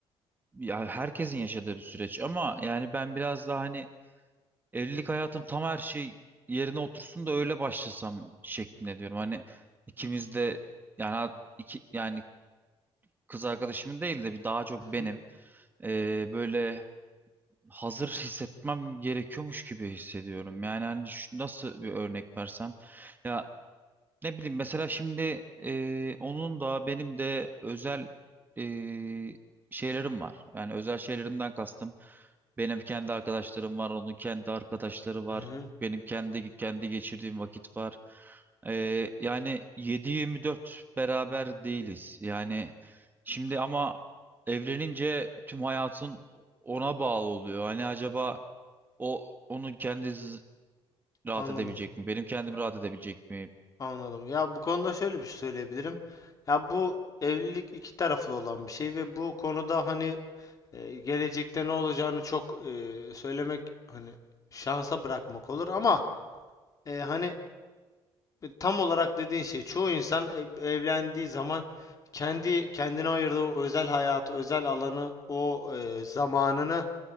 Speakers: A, on the right; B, on the left.
A: ya herkesin yaşadığı bir süreç ama yani ben biraz daha hani evlilik hayatım tam her şey yerine otursun da öyle başlasam şeklinde diyorum. Hani ikimiz de yani ha- iki yani kız arkadaşımın değil de bir daha çok
B: Hı
A: benim
B: hı,
A: eee, böyle hazır hissetmem gerekiyormuş gibi hissediyorum. Yani hani şu- nasıl bir örnek versem ya Ne bileyim mesela şimdi e, onun da benim de özel e, şeylerim var. Yani özel şeylerimden kastım. Benim kendi arkadaşlarım var, onun kendi arkadaşları var.
B: hı hı.
A: Benim kendi kendi geçirdiğim vakit var. E, yani 7-24 beraber değiliz. Yani şimdi ama evlenince tüm hayatın ona bağlı oluyor. Hani acaba o onun kendi z- rahat
B: Anladım.
A: edebilecek mi? Benim kendim rahat edebilecek mi?
B: Anladım. Ya bu konuda şöyle bir şey söyleyebilirim. Ya bu evlilik iki taraflı olan bir şey ve bu konuda hani E, gelecekte ne olacağını çok e, söylemek hani şansa bırakmak olur ama e, hani tam olarak dediğin şey çoğu insan ev- evlendiği zaman kendi kendine ayırdığı o özel hayatı, özel alanı, o e, zamanını